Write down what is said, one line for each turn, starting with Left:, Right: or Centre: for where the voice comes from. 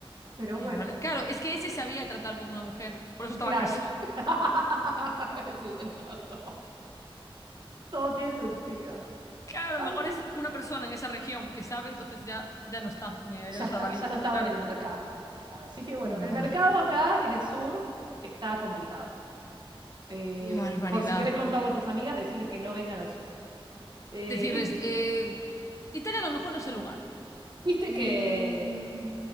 Right: Pero
Left: Qué
Right: bueno,
Left: barbaridad. Claro, es que ese sabía tratar con una mujer, por eso estaba
Right: claro.
Left: a casa. <laughs>
Right: <laughs> Sí, tenés razón. Todo tiene sentido.
Left: Claro,
Right: Así.
Left: a lo mejor es una persona en esa región que sabe, entonces ya, ya no está, eh, ya
Right: Ya
Left: no está
Right: está,
Left: valible,
Right: ya no
Left: pero
Right: estaba
Left: claro.
Right: en el mercado. Claro, así que bueno,
Left: Buah,
Right: el mercado acá en el sur está complicado. Eh,
Left: qué barbaridad.
Right: por si querés contarlo a tus amigas, decirles que no vengan al sur. Eh,
Left: Decirles,
Right: vis-
Left: eh, Italia a lo mejor no es el lugar.
Right: ¿viste
Left: Mm,
Right: que,